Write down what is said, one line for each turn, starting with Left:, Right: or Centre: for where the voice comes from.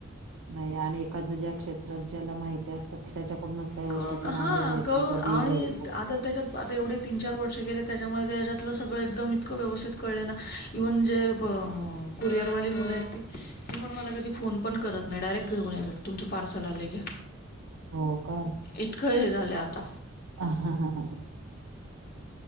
Right: नाही. आणि एखाद्या ज्या क्षेत्रात ज्याला माहिती असतात ते त्याच्याकडूनच त्या गोष्टीच
Left: हा कळू
Right: नॉलेज
Left: हा
Right: घेतन
Left: कळू
Right: कधी
Left: आणि
Right: गर
Left: आता त्याच्यात आता एवढे तीन चार वर्ष गले त्याच्यामुळे त्याच्यातलं सगळं एकदम इतकं व्यवस्थित कळले ना. इव्हन जे ब कुरियर वाली मुलं आहेत ते ती पण मला कधी फोन पण करत नाही. डायरेक्ट घेऊन येतात तुमचं पार्सल आले घ्या.
Right: हो का.
Left: इतकं हे झाले आता.
Right: ह ह ह ह ह.